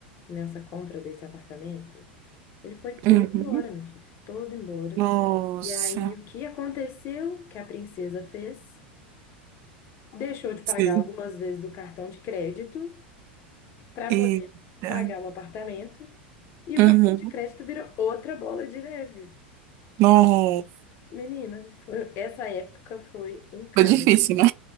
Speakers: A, on the left; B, on the right.
A: nessa compra desse apartamento, Ele foi todo
B: Uhum.
A: embora, minha filha, todo embora.
B: Nossa.
A: E aí, o que aconteceu? Que a princesa fez? Deixou de pagar
B: Sim.
A: algumas vezes o cartão de crédito para
B: Eita.
A: poder pagar o apartamento. E
B: Uhum.
A: o cartão de crédito virou outra bola de neve.
B: Nossa.
A: Menina, foi, essa época foi um caos,
B: Foi difícil, né?